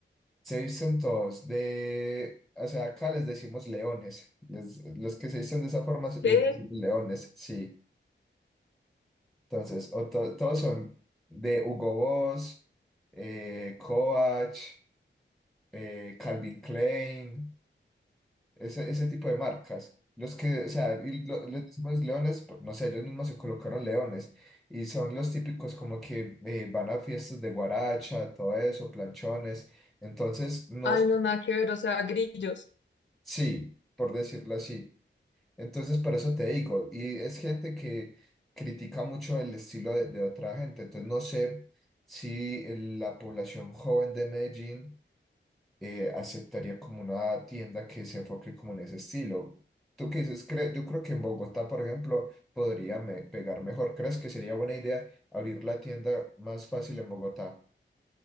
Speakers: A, in the centre; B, on the left.
A: Se visten todos de, o sea, acá les decimos leones. Les- los que se visten de esa forma se-
B: ¿Qué?
A: les decimos leones, sí. Entonces, o to- todos son de Hugo Boss, eh, Coach, eh, Calvin Klein, ese, ese tipo de marcas. Los que, o sea, y lo- les decimos leones, por- no sé, ellos mismos se colocaron leones. Y son los típicos como que eh, van a fiestas de guaracha, todo eso, planchones. Entonces, no,
B: Ay, no, nada que ver. O sea, grillos.
A: sí, por decirlo así. Entonces, por eso te digo, y es gente que critica mucho el estilo de, de otra gente, entonces no sé si el- la población joven de Medellín eh, aceptaría como una tienda que se enfoque como en ese estilo. ¿Tú qué dices? Cre- Yo creo que en Bogotá, por ejemplo, podría me- pegar mejor. ¿Crees que sería buena idea abrir la tienda más fácil en Bogotá?